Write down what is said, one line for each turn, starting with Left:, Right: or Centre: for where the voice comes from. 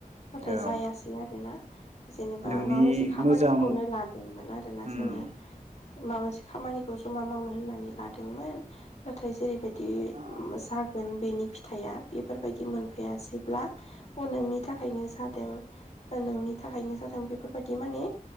Left: नाथाय
Right: औ
Left: जायासै ना बेना, जेनेबा
Right: नोंनि
Left: माबा मोनसे खामानिखौनो
Right: मोजां
Left: लादोंमोन आरोना
Right: उम
Left: जोङो माबा मोनसे खामानिखौ जमा मावनो होनना लादोंमोन नाथाय जेरै बायदि दि
Right: औ
Left: उम सागोन बेनि फिथ फिथाइया बेफोरबायदि मोनफैयासै, ब्ला अ नोंनि थाखायनो जादों। ओ नों थाखायनो जादों बेफोर । बेदि माने